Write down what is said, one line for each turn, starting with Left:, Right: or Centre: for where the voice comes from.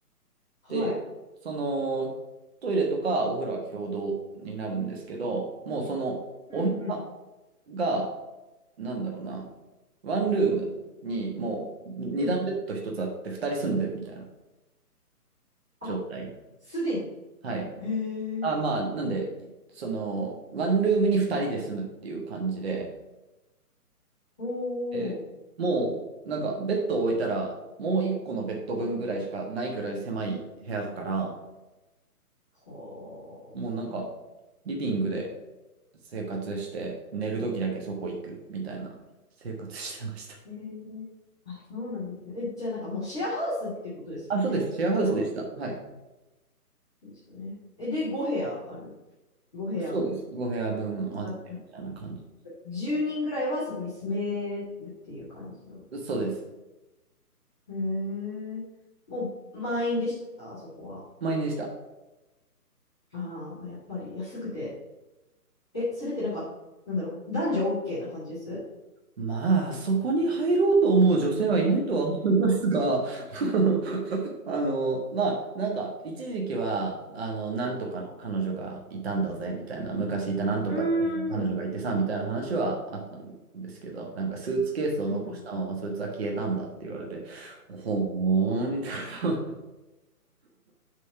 Centre: <laughs> はい。
Right: で、そのトイレとかお風呂は共同になるんですけど、もうそのお部屋
Centre: うん、うん、
Right: が、なんだろうな、ワンルームにもう二段ベッド一つあって二人住んでるみたいな
Centre: うん。あ、
Right: 状態。
Centre: すでに。
Right: はい。
Centre: へえ。
Right: あ、まあ、なんで、その、ワンルームに二人で住むっていう感じで、
Centre: お
Right: えーもう、
Centre: ー。
Right: なんかベッドを置いたら、もう一個のベッド分ぐらいしかないぐらい狭い部屋だから、
Centre: はあ、
Right: もうなんか、
Centre: すごい。
Right: リビングで生活して、寝る時だけそこ行くみたいな生活してました。
Centre: へえ。あ、そうなんですね。え、じゃあなんかもうシェアハウスってことですもんね。
Right: <laughs> あ、そうです。シェアハウスでした。
Centre: それは。
Right: はい。
Centre: そうですよね。え、で、5部屋ある。5部屋
Right: そうです。ご部屋分あってみたいな感じ。
Centre: ある。10人ぐらいはそこに住めるっていう感じの。
Right: そうです。
Centre: へえ。もう満員でした、あそこは。
Right: 満員でした。
Centre: ああ、まあ、やっぱり安くて。え、それってなんか、なんだろう、男女 OK な感じです
Right: まあ、あそこに入ろうと思う女性はいないとは思いますが、<laughs> あの、まあ、なんか、一時期は、あの、なんとかの彼女がいたんだぜ、みたいな、昔いたなんとかって彼女がいてさ、
Centre: うーん。うん
Right: みたいな話はあったんですけど、なんか、スーツケースを残したまま、
Centre: うん
Right: そいつは消えたんだって言われて、ほーん、みたいな。